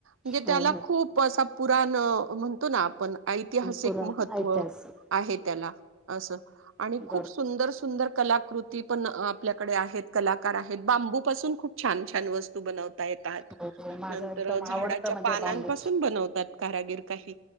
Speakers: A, on the right; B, in the centre.
A: म्हणजे
B: हो
A: त्याला
B: हो
A: खूप असा पुराण... म्हणतो ना... आपण ऐतिहासिक
B: पूर्ण
A: महत्त्व
B: ऐतिहासिक
A: आहे त्याला... असं आणि
B: बरोबर
A: खूप सुंदर, सुंदर कलाकृती पण आपल्याकडे आहेत, कलाकार आहेत बांबूपासून खूप छान छान वस्तू बनव येतात,
B: हो हो माझं
A: नंतर
B: एकदम
A: झाडाच्या
B: आवडतं म्हणजे
A: पानांपासून
B: बांबू
A: बनवतात, कारागिर काही